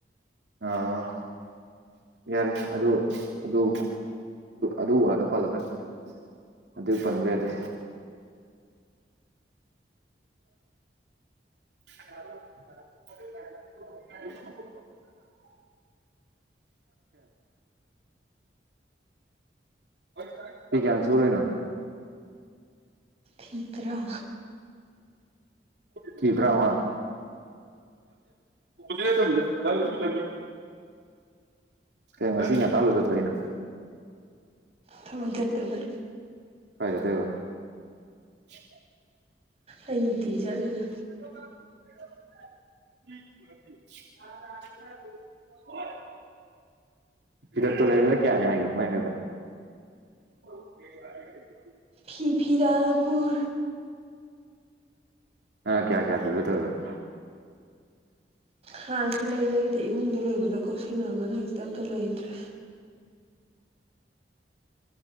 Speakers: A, on the right; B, on the right.
A: ꯑꯣ ꯌꯥꯔꯦ ꯑꯗꯨ ꯑꯗꯨ ꯑꯗꯨ ꯋꯥꯅ ꯄꯥꯜꯂꯛꯀꯅꯤ ꯑꯗꯨ ꯄꯟꯕꯤꯔꯗꯦ ꯑ <unintelligible> ꯍꯣꯏ ꯊꯤ ꯀꯝ ꯁꯔꯣꯏꯅ
B: ꯊꯗ꯭ꯔꯥ
A: ꯀ ꯇ꯭ꯔꯥꯃ ꯍꯧꯖꯦ ꯂ ꯂꯒꯦ ꯀꯩꯅꯣ ꯅꯥꯁꯤꯅꯥ ꯀꯔꯝꯕꯥ ꯆꯇꯣꯏꯅꯣ
B: ꯊꯃꯗꯇꯕꯦ
A: ꯀꯥꯢ ꯆꯇꯣꯏꯕ ꯍꯣꯏ
B: ꯑꯩ ꯅꯨꯡꯇꯤꯒꯤ ꯆꯠꯂꯤꯗ
A: <unintelligible> ꯍꯣꯏ ꯍꯤꯗꯛꯇꯣ ꯂꯩꯕ꯭ꯔꯥ ꯀꯌꯥꯅꯤ ꯍꯥꯏꯒꯦꯅꯣꯣꯏꯗ ꯎꯝ
B: ꯐꯤ ꯐꯤꯔꯒ ꯄꯨꯔꯥ
A: ꯅꯪꯅꯥ ꯀꯌꯥ ꯀꯌꯥ ꯄꯤꯕ ꯇꯧꯔꯤꯕꯥ
B: ꯍꯥꯥꯟꯁꯨ ꯂꯩ ꯂꯩꯗ ꯏꯃꯨꯡꯗ ꯂꯩꯕꯗ ꯀꯧꯁꯤꯟꯅꯔꯝꯕꯗ ꯍꯖꯤꯛꯇꯤ ꯑꯝꯇ ꯂꯩꯇ꯭ꯔꯦ